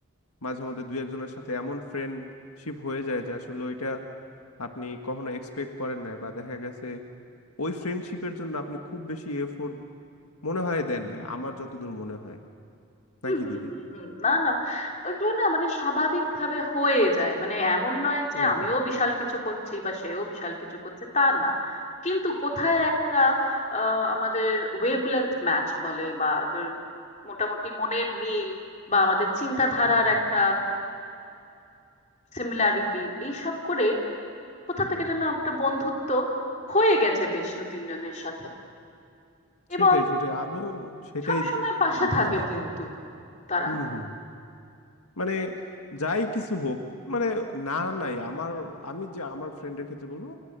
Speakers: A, on the left; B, on the left.
A: মাঝে মধ্যে দুই একজনের সাথে এমন ফ্রেন্ডশিপ হয়ে যায় যে আসলে ওইটা আপনি কখনো এক্সপেক্ট করেন নাই বা দেখা গেছে ওই ফ্রেন্ডশিপের জন্য আপনি খুব বেশি এফোর্ট মনে হয় দেন নাই আমার যতদূর মনে হয়
B: হুম
A: নাকি
B: হুম
A: দিদি
B: হুম হুম। না না ওইগুলো না মানে স্বাভাবিক ভাবে হয়ে যায় মানে এমন নয় যে
A: হুম
B: আমিও
A: হুম
B: বিশাল কিছু করছি বা সেও বিশাল কিছু করছে তা না কিন্তু কোথায় একটা আহ, আমাদের ওয়েভলেন্থ ম্যাচ বলে বা ধরুন মোটামুটি মনের মিল বা আমাদের চিন্তাধারার
A: হুম হুম
B: একটা সিমিলারিটি এইসব করে কোথা থেকে যেন একটা বন্ধুত্ব হয়ে গেছে বেশ দু তিনজনের সাথে এবং
A: সেটাই সেটাই আমিও সেটাই
B: সব সময় পাশে
A: বলতে
B: থাকে
A: চাচ্ছি
B: কিন্তু তারা
A: হুম হুম মানে যাই কিছু হোক মানে না নাই আমার আমি যে আমার ফ্রেন্ডের ক্ষেত্রে বলবো